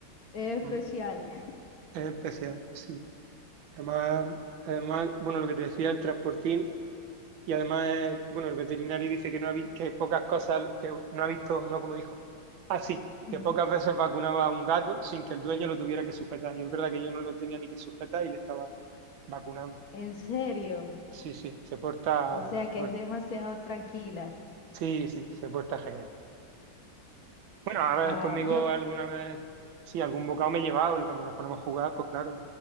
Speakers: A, on the left; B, on the right.
A: Es especial.
B: mm, es especial, sí. Además, además, bueno, lo que te decía, el transportín, y además, eh, bueno, el veterinario dice que no ha vi- que pocas cosas, que no ha visto, no como dijo. Ah, sí,
A: <laughs>
B: que pocas veces vacunaba a un gato sin que el dueño lo tuviera que sujetar. Y es verdad que yo no lo tenía ni que sujetar y le estaba vacunando.
A: En serio.
B: Sí, sí, se porta,
A: O sea
B: se
A: que
B: porta.
A: es demasiado tranquila.
B: Sí, sí, se porta genial. Bueno, a ver,
A: Wow.
B: conmigo
A: Yo,
B: alguna vez, sí, algún bocado me he llevado y cuando nos ponemos a jugar, pues claro,